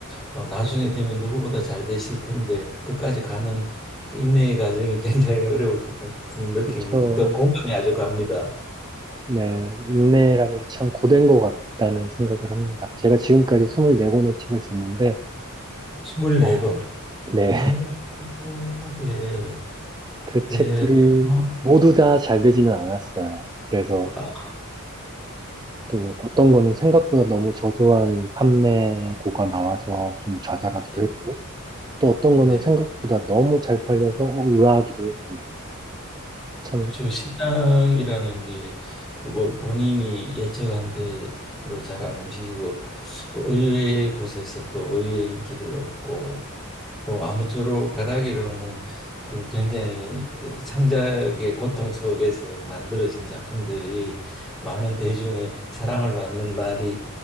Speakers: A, in the centre; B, on the right.
A: 어, 나중에 되면 누구보다 잘 되실 텐데 끝까지 가는 그 인내의 과정이 <laughs> 굉장히 어려울 것 같은 느낌이
B: 그렇죠.
A: 또 공감이 아주 갑니다.
B: 네, 인내라는 게 참 고된 것 같다는 생각을 합니다. 제가 지금까지 24권의 책을 썼는데
A: 24권.
B: 어, 네,
A: 오,
B: <laughs>
A: 오, 예.
B: 그 책들이
A: 네. 어,
B: 모두 다 잘 되지는 않았어요. 그래서
A: 아,
B: 또 어떤 거는 생각보다 너무 저조한 판매고가 나와서 좀 좌절하기도
A: 예.
B: 했고, 또 어떤
A: 네.
B: 거는 생각보다 너무 잘 팔려서 어, 의아하기도 했고요. 참,
A: 그렇죠. 시장이라는 게 뭐 본인이 예측한 대로 잘 안 움직이고 의외의 곳에서 또 의외의 인기를 얻고 뭐 아무쪼록 바라기로는 그 굉장히 창작의 고통 속에서 만들어진 작품들이 많은 대중의 사랑을 받는 날이